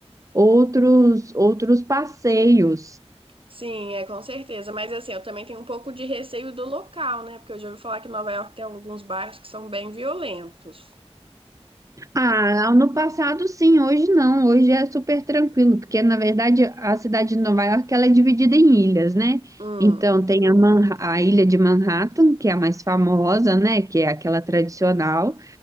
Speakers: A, on the right; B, on the right.
A: outros, outros passeios.
B: sim, é com certeza. Mas assim, eu também tenho um pouco de receio do local, né? Porque eu já ouvi falar que Nova York tem alguns bairros que são bem violentos.
A: Ah, no passado sim, hoje não. Hoje é super tranquilo, porque na verdade a cidade de Nova York ela é dividida em ilhas, né?
B: Hum,
A: Então tem a, Manha- a ilha de Manhattan, que é a mais famosa, né? Que é aquela tradicional.